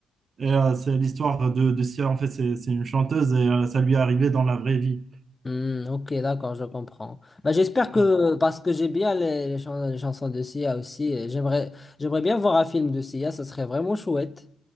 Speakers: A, on the right; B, on the left.
A: Et euh, c'est l'histoire de, de Sia, en fait, c'est c'est une chanteuse et euh, ça lui est arrivé dans la vraie vie.
B: Hmm, ok, d'accord, je comprends. Bah, j'espère que,
A: Voilà.
B: parce que j'ai bien les, les chans- les chansons de Sia aussi, et j'aimerais, j'aimerais bien voir un film de Sia, ça serait vraiment chouette.